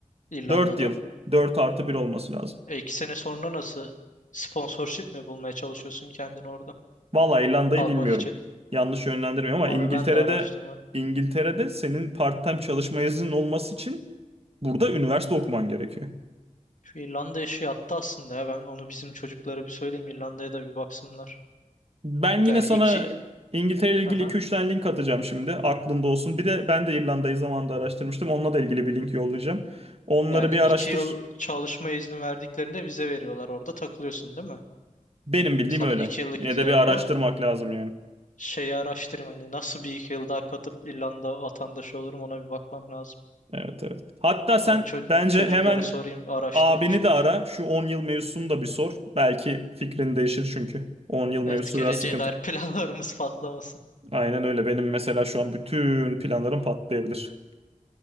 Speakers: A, on the left; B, on the right.
A: İrlanda'da?
B: 4 yıl. dört artı bir olması lazım.
A: E, iki sene sonra nasıl sponsorship mi bulmaya çalışıyorsun kendini orada
B: Vallahi İrlanda'yı
A: kalmak
B: bilmiyorum.
A: için?
B: Yanlış yönlendirmiyorum ama
A: Onu
B: İngiltere'de
A: ben de araştırmadım.
B: İngiltere'de senin part-time çalışma iznin olması için burada üniversite okuman gerekiyor.
A: Şu İrlanda işi yattı aslında ya. Ben onu bizim çocuklara bir söyleyeyim. İrlanda'ya da bir baksınlar.
B: Ben yine
A: Yani
B: sana
A: iki
B: İngiltere ile ilgili
A: aha,
B: iki üç tane link atacağım şimdi. Aklında olsun. Bir de ben de İrlanda'yı zamanında araştırmıştım. Onunla da ilgili bir link yollayacağım. Onları
A: yani
B: bir
A: iki
B: araştır.
A: yıl çalışma izni verdiklerinde vize veriyorlar. Orada takılıyorsun değil mi?
B: Benim bildiğim
A: Sana
B: öyle.
A: iki yıllık
B: Yine
A: vize
B: de bir
A: veriyor.
B: araştırmak lazım yani.
A: Şeyi araştırayım hani nasıl bir iki yıl daha katıp İrlanda vatandaşı olurum ona bir bakmam lazım.
B: Evet evet. Hatta sen
A: Onu ço-
B: bence
A: çocuklara
B: hemen
A: sorayım, araştırayım
B: abini
A: şimdi.
B: de ara. Şu 10 yıl mevzusunu da bir sor. Belki fikrin değişir çünkü. on yıl mevzusu
A: Evet, geleceğe
B: biraz sıkıntı.
A: dair <laughs> planlarımız patlamasın.
B: Aynen öyle. Benim mesela şu an bütün planlarım patlayabilir.